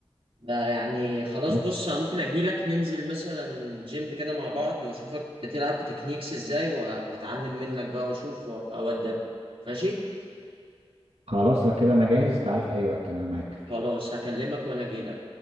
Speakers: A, on the right; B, on the right.
A: ده يعني خلاص
B: بس
A: بص انا ممكن اجيلك ننزل مثلا جيم كده مع بعض واشوفك بتلعب بتكنيكس ازاي و- واتعلم منك بقى واشوف وابقى اودك ماشي
B: خلاص لو كده انا جاهز تعال في اي وقت انا معاك
A: خلاص هكلمك وانا اجيلك